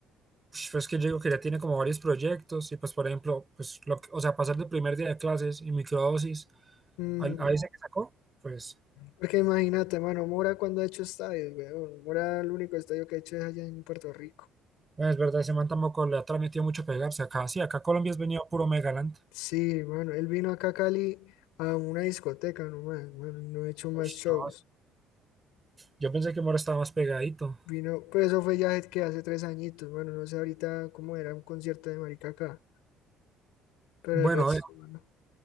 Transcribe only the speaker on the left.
Mm,
porque imagínate, mano, Mora cuando ha hecho estadios, weón. Mora el único estadio que ha hecho es allá en Puerto Rico.
Sí, mano, él vino acá a Cali a una discoteca nomás, mano, y no ha hecho más
shows.
Vino, pero eso fue ya que hace tres añitos, mano, no sé ahorita cómo era un concierto de marica acá, pero
el resto,
mano.